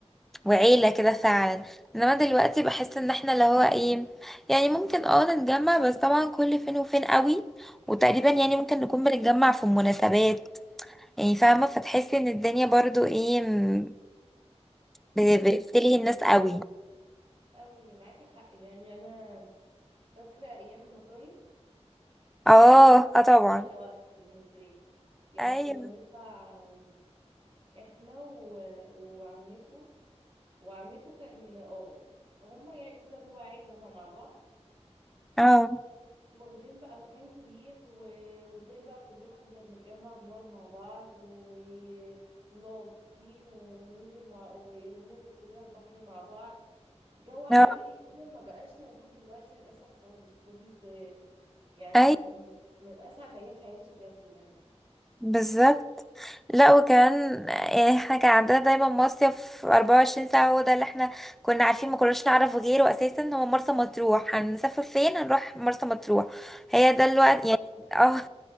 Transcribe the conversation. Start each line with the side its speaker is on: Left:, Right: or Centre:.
Centre: وعيلة كده فعلا انما دلوقتي بحس ان احنا اللي هو ايه يعني ممكن اه نتجمع بس طبعا كل فين وفين قوي وتقريبا يعني ممكن نكون بنتجمع في مناسبات يعني فاهمة فتحسي ان الدنيا برضو ايه م- ب- بتلهي الناس قوي
Right: قوي معاكي حق يعني انا فاكرة أيام المصايف
Centre: اه اه طبعا
Right: من أحلى وقت بالنسبة لي يعني
Centre: ايوه
Right: كنا بنطلع آم، إحنا و... وعمته وعمته كان اه هما يعني كنا بنبقى عيلة هما مع بعض
Centre: اه
Right: واخدين بقى مكان كبير و... وازاي بقى كلنا كنا بنتجمع وبنقعد مع بعض و... ونبقى مبسوطين وننزل مع و... وننزل كلنا البحر مع بعض جو عائلي
Centre: اه
Right: كده ما بقاش موجود دلوقتي للأسف خالص كنت يعني
Centre: اي
Right: كان من, من أسعد أيام حياتي بجد يعني
Centre: بالظبط لا وكمان يعني احنا كان عندنا دايما مصيف 24 ساعة هو ده اللي احنا كنا عارفين ما كناش نعرف غيره اساسا هو مرسى مطروح هنسافر فين هنروح مرسى مطروح هي ده الوقت يعني اه